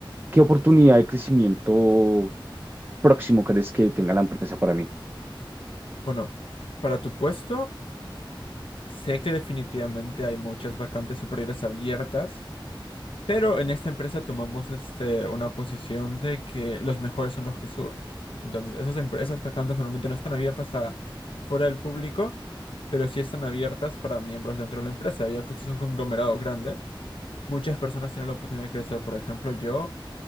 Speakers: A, on the right; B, on the left.
A: ¿qué oportunidad de crecimiento próximo crees que tenga la empresa para mí?
B: Bueno, para tu puesto, sé que definitivamente hay muchas vacantes superiores abiertas. Pero en esta empresa tomamos este, una posición de que los mejores son los que suben. Entonces, esas empresas vacantes normalmente no están abiertas a fuera del público, pero sí están abiertas para miembros dentro de la empresa. Debido a que este es un conglomerado grande, muchas personas tienen la oportunidad de crecer. Por ejemplo, yo